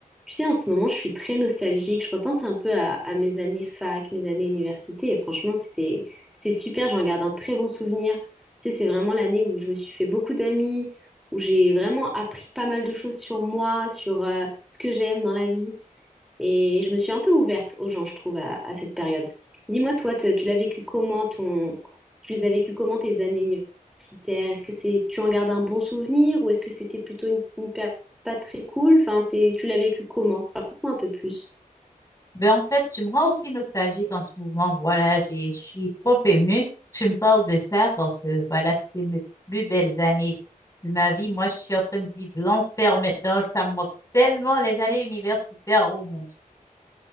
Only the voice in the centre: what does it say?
Tu sais, en ce moment, je suis très nostalgique. Je repense un peu à, à mes années fac, mes années université. Et franchement, c'était, c'était super. J'en garde un très bon souvenir. Tu sais, c'est vraiment l'année où je me suis fait beaucoup d'amis, où j'ai vraiment appris pas mal de choses sur moi, sur euh, ce que j'aime dans la vie. Et je me suis un peu ouverte aux gens, je trouve, à, à cette période. Dis-moi, toi, te- tu l'as vécu comment ton... tu les as vécu comment tes années universitaires? Est-ce que c'est tu en gardes un bon souvenir ou est-ce que c'était plutôt une, une période pas très cool? Enfin, c'est tu l'as vécu comment? Raconte-moi un peu plus.